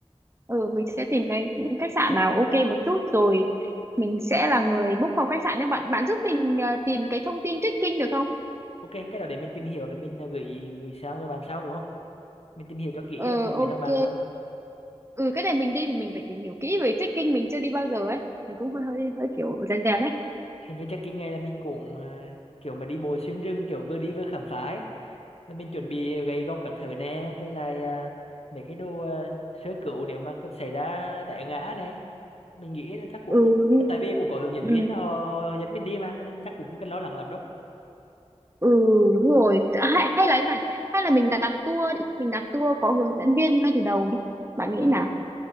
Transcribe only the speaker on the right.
ừ mình sẽ tìm cái khách sạn nào ok một chút rồi mình sẽ là người book phòng khách sạn nên bạn bạn giúp mình ờ, tìm cái thông tin trekking được không
ờ
ok
ừ cái này mình đi thì mình phải tìm hiểu kỹ về trekking mình chưa đi bao giờ ấy mình cũng hơi hơi hơi kiểu rèn rèn đấy
ừ đúng
ừ
ừ đúng rồi hay, hay là thế này hay là mình đặt tour đi mình đặt tour có hướng dẫn viên ngay từ đầu đi bạn nghĩ
nào